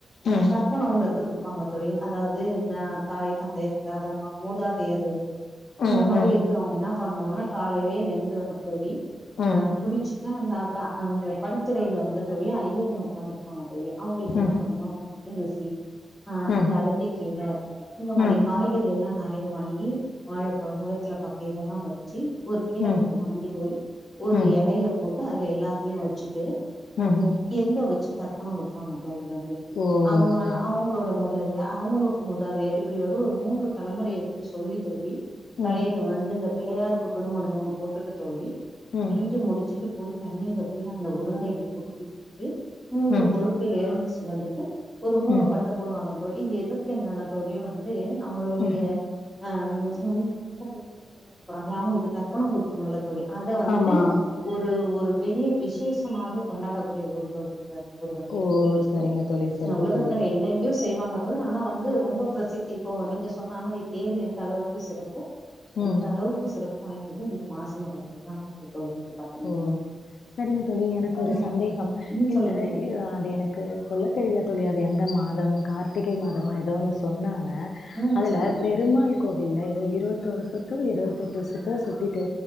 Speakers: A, in the centre; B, on the left (about 80°).
A: அ
B: ம்
A: தர்ப்பணம்ங்கறத குடுப்பாங்க தோழி அதாவ் து தா தாய் தந்தையர் இல்லாதவங்க மூதாதையர் இருந்து
B: ம்
A: இந்த மாரி
B: ம்
A: இருக் கறவங்க என்னா பண்ணுவாங்கனா காலைலயே எழுந்துறுனு தோழி
B: ம்
A: குளிச்சிட்டு வந்தாக்கா அந்த படித்துறையில வந்து தோழி ஐய்யருங்க உக்காந்துரு ப்பாங்க தோழி அவுங்களுக்கு என்ன
B: ம்
A: பண்னுனா பச்சரிசி அ
B: ம்
A: அந்த அகத்தி கீர இந்த மாரி
B: ம்
A: காய்கறிகள்லா நெறைய வாங்கி <unintelligible> துல பத்து இதெல்லா வச்சி ஒரு கீர
B: ம் ம்
A: கட்டு வாங்கிட் போயி ஒரு
B: ம்
A: எலைய போட்டு அதுல எல்லாத்தையு வச்சிட்டு அ
B: ம்
A: எங்க வச்சி தர்ப்பணம் குடுப்பாங்க தோவிலந்து
B: ஓ
A: அவுங்க
B: சரி
A: அவுங்களோட மோதர்து அவுங்ளு மூதாதையர் இப்டி ஒரு ஒரு மூன்று தலைமுறைய வந்து சொல்லி தோழி தலையில
B: ம்
A: வந்து இந்த பிள்ளையார் கூட்டு வந்து ஒன்னு மூணு போட்டுட்டு தோழி
B: ம்
A: செஞ்சி முடிச்சிட்டு போய் தண்ணியில போய் அந்த உருண்டையில பொரட்டி விட்டுட்டு மூனு
B: ம்
A: தொம்போது எழுந்துச்சி வந்துட்டு ஒரு மூணு
B: ம்
A: பட்ட போடுவாங்க தோழி இது எதுக்கென்னனா தோழி வந் தே நம்மளுடைய
B: ம்
A: அ மூதாதி மூதாதியர் வந்து எறந்து போறாங்களா அவுங்களுக்கு தர்பணோ குடுக்கனுல்ல தோழி அத வந்து
B: ஆமா
A: ஒரு ஒரு பெரிய விசேஷமாவே கொண்டாடக்கூடிய ஒரு தோழி வந்ததா ஊரு வந்து
B: ஓ
A: ஊரு வந்து
B: சரிங்க தோழி சரிங்க
A: அ உலகத்துல
B: தோழி
A: எங்கெங்யோ செய்வாங்க தோழி ஆனா வந் து ரொம்ப பிரசித்தி இப்போ நீங்க சொன்ன மாரி தேர் எந்த அளவுக்கு சிறப்போ அந்த
B: ம்
A: அளவுக்கு சிறப் வாய்ந்தது இந்த மாசி மகத்தத்துக்கு தா கண்டிப்பா <unintelligible>
B: ஓ சரிங்க தோழி எனக்கு ஒரு
A: ம்
B: சந்தேகம்
A: ம்
B: இந்த
A: சொல்லுங்க தோழி
B: அ அது எனக்கு சொல்ல தெரியில தோழி அது எந்த மாதம் கார்த்திகை மாதமா ஏதோன்னு சொன்னாங்க
A: ம்
B: அதுல
A: சொல்லுங்க
B: பெருமாள்
A: தோழி
B: கோவில்ல ஏதோ இருவத்தோரு சுத்தோ இருவத்தெட்டு சுத்தோ சுத்திட்டு